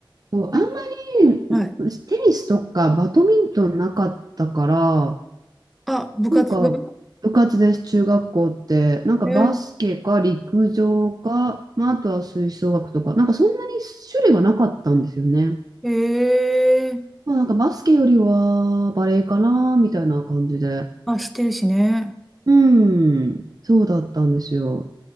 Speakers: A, on the right (about 45°); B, in the centre.
A: そう、
B: うん
A: あんま
B: はい。
A: りテニスとかバドミントンなかったから、
B: あ、部活が
A: なんか、部活です、中学校って。なんかバスケか陸上か、
B: え
A: まあ、あとは吹奏楽とか、なんかそんなに種類はなかったんですよね。
B: ー、えー、
A: まあ、なんかバスケよりはバレエかな、みたいな感じで。
B: あ、知ってるしね。
A: うん、そうだったんですよ。